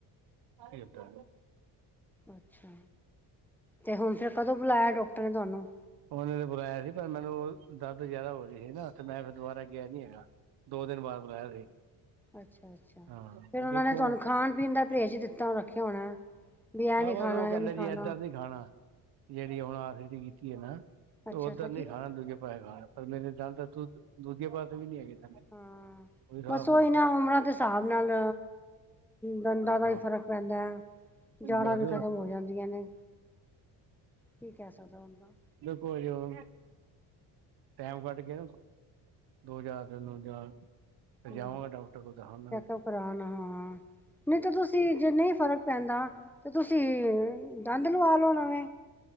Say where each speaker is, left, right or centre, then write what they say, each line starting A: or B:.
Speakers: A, on the right (about 70°); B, in the centre.
A: ਠ ਤਾਂ <inaudible>
B: ਅੱਛਾ, ਤੇ ਹੁਣ ਫਿਰ ਕਦੋਂ ਬੁਲਾਇਆ ਡਾਕਟਰ ਨੇ ਤੁਹਾਨੂੰ
A: ਉਹਨਾਂ ਨੇ ਬੁਲਾਇਆ ਸੀ, ਪਰ ਮੈਨੂੰ ਉਹ ਦਰਦ ਜ਼ਿਆਦਾ ਹੋ ਰਹੀ ਸੀ ਨਾ ਤੇ ਮੈਂ ਫਿਰ ਦੁਬਾਰਾ ਗਿਆ ਨੀ ਹੈਗਾ ਦੋ ਦਿਨ ਬਾਅਦ ਬੁਲਾਇਆ ਸੀ
B: ਅੱਛਾ ਅੱਛਾ,
A: ਹਾਂ
B: ਫੇਰ ਉਹਨਾਂ
A: ਦੇਖੋ
B: ਨੇ ਤੁਹਾਨੂੰ ਖਾਣ ਪੀਣ ਦਾ ਪਰਹੇਜ ਦਿੱਤਾ ਰੱਖਿਆ ਹੋਣਾ ਵੀ ਇਹ
A: ਆਹ
B: ਨੀ
A: ਬਸ
B: ਖਾਣਾ
A: ਉਹ
B: ਇਹ
A: ਕਹਿਦਾ
B: ਨੀ ਖਾਣਾ
A: ਜੀ ਏਦਾਂ ਨੀ ਖਾਣਾ ਜਿਹੜੀ ਹੁਣ ਆਖ਼ਿਰ ਤੇ ਕੀਤੀ ਏ ਨਾ, ਤੇ
B: ਅੱਛਾ
A: ਉੱਧਰ
B: ਅੱਛਾ
A: ਨੀ
B: ਕੀ
A: ਖਾਣਾ ਦੂਜੇ ਪੈਸੇ ਖਾਣਾ। ਥੱਲੇ ਦੇ ਦੰਦ-ਦੁੰਦ, ਦੂਜੇ ਪਾਸੇ ਵੀ ਨੀ ਹੈਗੇ ਥੱਲੇ।
B: ਹਾਂ
A: ਉਹ ਵੀ ਸਾਫ਼
B: ਬਸ ਓਈ
A: ਹੋਏ ਦੇ
B: ਨਾ ਉਮਰਾਂ ਦੇ ਹਿਸਾਬ ਨਾਲ। ਦੰਦਾਂ ਦਾ
A: ਹਾਂ
B: ਈ ਫ਼ਰਕ ਪੈਂਦਾ ਏ, ਜਾੜ੍ਹਾ
A: ਬਸ
B: ਵੀ ਖ਼ਤਮ ਹੋ ਜਾਂਦੀਆਂ ਨੇ। ਕੀ ਕਹਿ ਸਕਦਾ ਬੰਦਾ?
A: ਜੇ ਕੋਈ ਔਰ ਟਾਈਮ ਕੱਢ ਕੇ ਨਾ, ਦੋ ਹਾਜ਼ਰ ਦੇ ਦੁ ਜਾਂ। ਫਿਰ
B: ਹੁੰ,
A: ਜਾਵਾਂਗਾ ਡਾਕਟਰ ਕੋਲ ਦਿਖਾਨਾ
B: ਚੈੱਕਅਪ ਕਰਾਨ ਹਾਂ, ਨਈ ਤਾਂ ਬੱਸ। ਤੇ ਨਈ ਫਰਕ ਪੈਂਦਾ, ਤੇ ਤੁਸੀਂ ਦੰਦ ਲਵਾ ਲਓ ਨਵੇਂ।